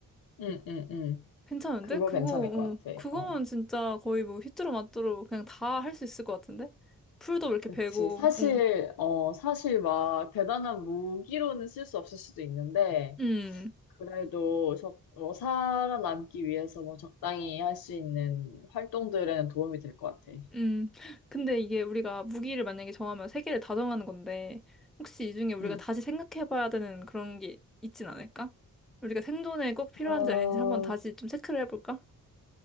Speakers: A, on the left; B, in the centre.
A: 응, 응, 응.
B: 괜찮은데?
A: 그거
B: 그거,
A: 괜찮을
B: 어.
A: 것 같아.
B: 그거면
A: 어.
B: 진짜 거의 뭐 휘뚜루마뚜루 그냥 다 할 수 있을 것 같은데? 풀도 이렇게
A: 그치.
B: 베고,
A: 사실,
B: 어.
A: 어, 사실 막 대단한 무기로는 쓸 수 없을 수도 있는데,
B: 음.
A: 그래도 적, 뭐 살아남기 위해서 뭐 적당히 할 수 있는 활동들에는 도움이 될 것 같아.
B: 음, 근데 이게 우리가 무기를 만약에 정하면 세 개를 다 정하는 건데, 혹시 이 중에 우리가
A: 응.
B: 다시 생각해봐야 되는 그런 게 있진 않을까? 우리가 생존에 꼭 필요한지
A: 어,
B: 아닌지 한번 다시 좀 체크를 해볼까?